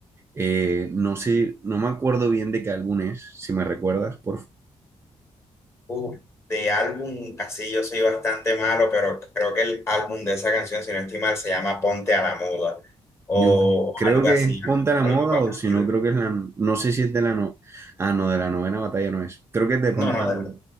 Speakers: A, on the right; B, on the left.
A: Eh, no sé, no me acuerdo bien de qué álbum es, si me recuerdas, por fa-
B: Uff, de álbum, así yo soy bastante malo, pero creo que el álbum de esa canción, si no estoy mal, se llama Ponte a la Muda o
A: Yo creo
B: algo
A: que
B: así,
A: es Ponte a la
B: algo
A: Moda
B: parecido.
A: o si no, creo que es la... No sé si es de la... No, ah, no, de la novena batalla no es. Creo que es de Ponte
B: No, no,
A: a la Moda.